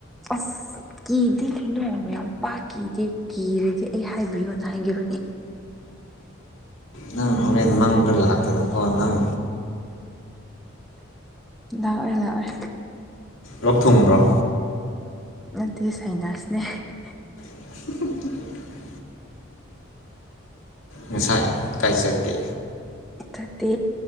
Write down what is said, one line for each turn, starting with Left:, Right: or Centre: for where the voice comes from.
Centre: ꯑꯁ ꯀꯤꯗꯦ ꯀꯩꯅꯣ ꯃ ꯌꯥꯝ ꯄꯥꯛ ꯀꯤꯗꯦ ꯀꯤꯔꯗꯤ ꯑꯩ ꯍꯥꯏꯕꯤꯌꯣꯅ ꯍꯥꯏꯒꯔꯨꯅꯦ
Left: ꯅꯪꯔꯦꯟ ꯃꯥꯡꯗ ꯂꯥꯛꯀꯗ ꯀꯣ ꯅꯪ
Centre: ꯂꯥꯛꯑꯣꯏ ꯂꯥꯛꯑꯣꯏ
Left: ꯂꯣꯛ ꯊꯨꯡꯕ꯭ꯔꯣ
Centre: ꯅꯠꯇꯦ ꯁꯥꯏꯅꯁꯅꯦ <unintelligible>
Left: <inaudible> ꯉꯁꯥꯏ ꯀꯥꯏꯖꯒꯦ
Centre: ꯇꯠꯇꯦ